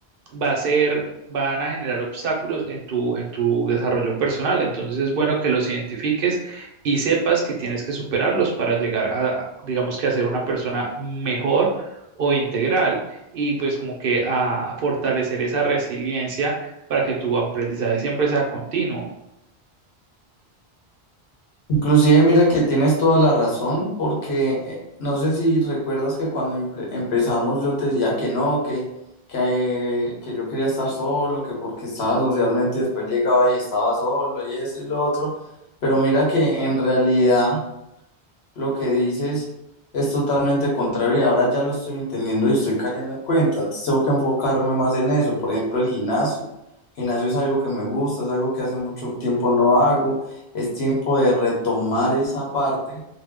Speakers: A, on the right; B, on the left.
A: va a ser, van a generar obstáculos en tu, en tu desarrollo personal. Entonces es bueno que los identifiques y sepas que tienes que superarlos para llegar a, digamos que a ser una persona mejor o integral y pues como que a fortalecer esa resiliencia para que tu aprendizaje siempre sea continuo.
B: Inclusive, mira que tienes toda la razón, porque eh, no sé si recuerdas que cuando empe- empezamos yo te decía que no, que, que, eh, que yo quería estar solo, que porque estaba socialmente y después llegaba y estaba solo y esto y lo otro, pero mira que en realidad lo que dices es totalmente contrario y ahora ya lo estoy entendiendo y estoy cayendo en cuenta. Antes tengo que enfocarme más en eso. Por ejemplo, el gimnasio. El gimnasio es algo que me gusta, es algo que hace mucho tiempo no hago. Es tiempo de retomar esa parte.